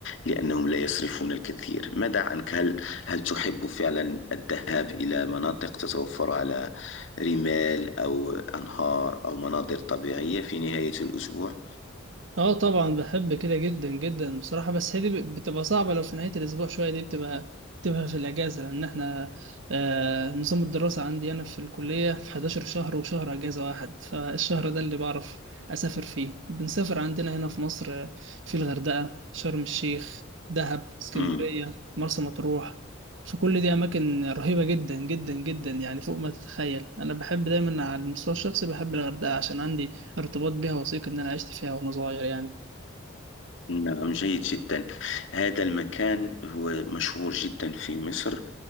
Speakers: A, on the left; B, on the right.
A: لأنهم لا يصرفون الكثير ماذا عنك هل هل تحب فعلا الذهاب إلى مناطق تتوفر على رمال أو أنهار أو مناظر طبيعية في نهاية الأسبوع
B: اه طبعا بحب كده جدا جدا بصراحة بس هي دي بتبقى صعبة لو في نهاية الأسبوع شوية دي بتبقى بتبقى في الأجازة لأن احنا آه نظام الدراسة عندي أنا في الكلية في 11 شهر وشهر أجازة واحد فالشهر ده اللي بعرف أسافر فيه بنسافر عندنا هنا في مصر آه، في الغردقة شرم الشيخ دهب اسكندرية
A: مم.
B: مرسى مطروح فكل دي أماكن رهيبة جدا جدا جدا يعني فوق ما تتخيل أنا بحب دايما على المستوى الشخصي بحب الغردقة عشان عندي ارتباط بيها وثيق إن أنا عشت فيها وأنا صغير يعني
A: نعم جيد جدا هذا المكان هو مشهور جدا في مصر